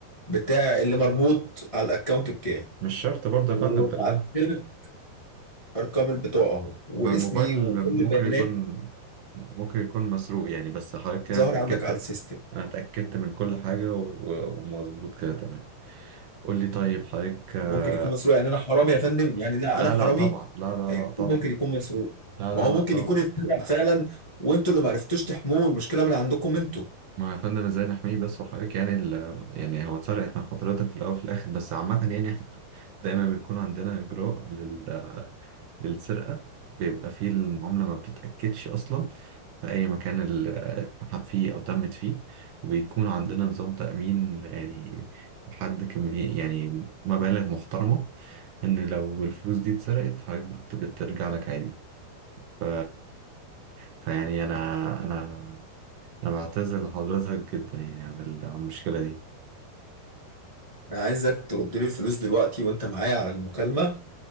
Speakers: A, on the left (about 60°); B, on the right (about 65°).
A: بتاع اللي مربوط على الاكونت بتاعي
B: مش شرط برضه يا
A: وبعت
B: فندم خلي بالك
A: لك ارقام البطاقه اهو واسمي
B: ما الموبايل
A: وكل
B: ممكن
A: بياناتي
B: يكون ممكن يكون مسروق يعني بس حضرتك كده
A: ظهر
B: أنا اتأكدت
A: عندك على السيستم
B: أنا اتأكدت من كل حاجة و- و- ومظبوط كده تمام قول لي طيب حضرتك آه،
A: ممكن يكون مسروق يعني انا حرامي يا فندم يعني لا
B: لا
A: انا حرامي
B: لا طبعا لا لا
A: يعني
B: لا طبعا
A: ممكن يكون مسروق
B: لا
A: ما
B: لا
A: هو
B: لا
A: ممكن
B: طبعا
A: يكون اتسرق فعلا وانتوا اللي ما عرفتوش تحموه المشكله من عندكم انتوا
B: ما يا فندم ازاي نحميه بس وحضرتك يعني ال... يعني هو اتسرقت من حضرتك في الأول وفي الآخر بس عامة يعني احنا دايما بيكون عندنا إجراء لل... للسرقة بيبقى فيه المعاملة ما بتتأكدش أصلا في أي مكان ال- اتسحب فيه أو تمت فيه وبيكون عندنا نظام تأمين يعني لحد كمية يعني مبالغ محترمة إن لو الفلوس دي اتسرقت حضرتك بت- بترجع لك عادي ف... فيعني أنا أنا أنا بعتذر لحضرتك جدا يعني عن ال- عن المشكلة دي
A: انا عايزك ترد لي الفلوس دلوقتي وانت معايا على المكالمه